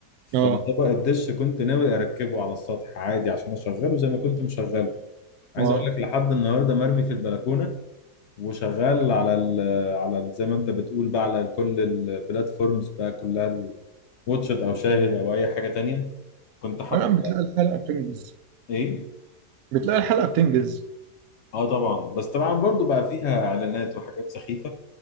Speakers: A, on the right (about 65°); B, on the left (about 70°).
A: اه
B: فطبق الدش كنت ناوي اركبه على السطح عادي عشان اشغله زي ما كنت مشغله عايز
A: اه
B: اقول لك لحد النهارده مرمي في البلكونه وشغال على ال على ال- زي ما انت بتقول بقى على كل البلاتفورمز بقى كلها واتشت او شاهد او اي حاجه تانية كنت حاطط
A: انا بتلاقي الحلقه بتنجز
B: ايه
A: بتلاقي الحلقه بتنجز
B: اه طبعا بس طبعا برضو بقى فيها اعلانات وحاجات سخيفه